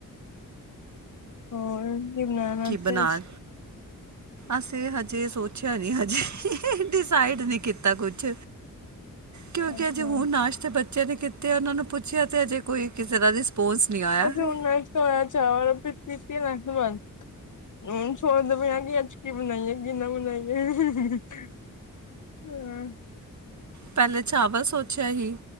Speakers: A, on the left; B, on the right.
A: ਹੋਰ ਕੀ ਬਣਾਣਾ
B: ਕੀ
A: ਫੇਰ
B: ਬਣਾ ਅਸੀਂ ਹਜੇ ਸੋਚਿਆ ਨੀ ਹਜੇ ਡਿਸਾਈਡ ਨਹੀਂ ਕੀਤਾ ਕੁਛ ਕਿਉਂਕਿ
A: ਅੱਛਾ
B: ਅਜੇ ਹੁਣ ਨਾਸ਼ਤਾ ਬੱਚਿਆਂ ਨੇਤੇ ਉਹਨਾਂ ਨੂੰ ਪੁੱਛਿਆ ਤੇ ਅਜੇ ਕੋਈ ਕਿਸੇ ਤ ਦਾ ਰਿਸਪੋਂਸ ਨ ਆਇਆ ਹੈ
A: ਉਨਾਈਸ਼ ਹੋਆ ਚਾ ਰ ਕੀਤੀ ਨਾਮਾਲ ਹੁਣ ਸੋਚਦੇ ਪ ਹ ਕਿ ਅੱਜ ਕੀ ਬਣਾਈਏ ਕੀ ਨਾ ਬਣਾਈਏ <inaudible> ਹਾਂ
B: ਪਹਿਲੇ ਚਾਵਲ ਸੋਚਿਆ ਸੀ